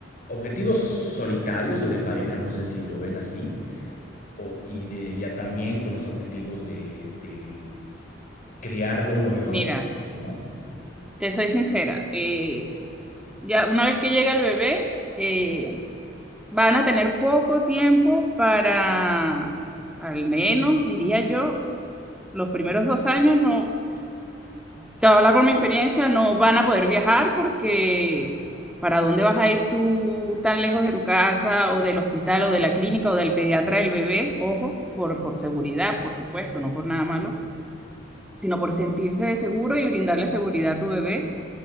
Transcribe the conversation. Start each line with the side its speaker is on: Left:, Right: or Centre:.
Left: objetivos solitarios o de pareja, no sé si lo ven así, o, y de, ya también con los objetivos de, de criarlo lo mejor
Centre: Mira,
Left: posible, ¿no?
Centre: te soy sincera. eh, Ya una vez que llega el bebé, eh, van a tener poco tiempo para, al menos diría yo, los primeros dos años no, te voy a hablar por mi experiencia, no van a poder viajar porque ¿para dónde vas a ir tú tan lejos de tu casa o del hospital o de la clínica o del pediatra del bebé? Ojo, por, por seguridad, por supuesto, no por nada malo sino por sentirse seguro y brindarle seguridad a tu bebé.